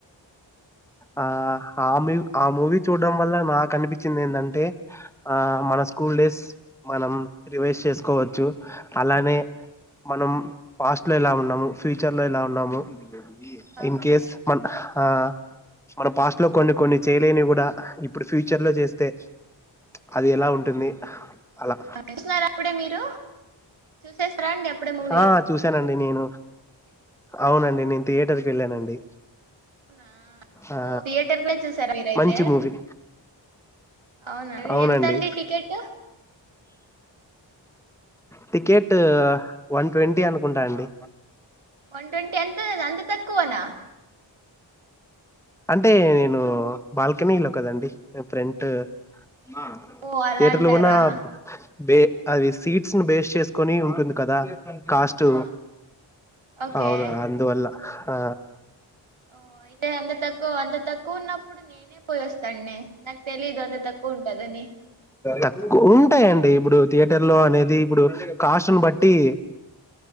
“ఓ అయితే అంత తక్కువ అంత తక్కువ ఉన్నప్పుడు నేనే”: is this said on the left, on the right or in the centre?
Right